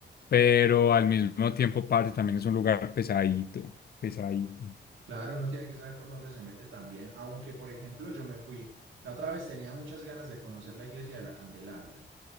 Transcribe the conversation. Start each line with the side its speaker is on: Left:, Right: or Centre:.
Left: pero al mismo tiempo parte también es un lugar pesadito, pesadito.
Right: claro, uno tiene que saber por dónde se mete también. Aunque, por ejemplo, yo me fui, la otra vez tenía muchas ganas de conocer la iglesia de la Candelaria.